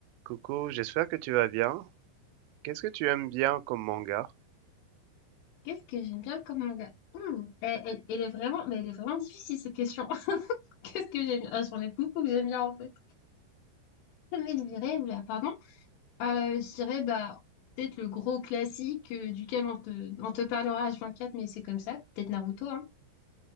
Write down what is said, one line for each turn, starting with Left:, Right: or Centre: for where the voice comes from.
Right: Coucou, j'espère que tu vas bien. Qu'est-ce que tu aimes bien comme manga?
Left: Qu'est-ce que j'aime bien comme manga? Hmm, Elle, elle- elle est vraiment, mais elle est vraiment difficile cette question. <laughs> Qu'est-ce que j'aime bien? Ah, J'en ai beaucoup que j'aime bien en fait. Mais je dirais, oula, pardon, Euh, je dirais bah peut-être le gros classique euh, duquel on te, on te parlera H24, mais c'est comme ça. Peut-être Naruto, hein.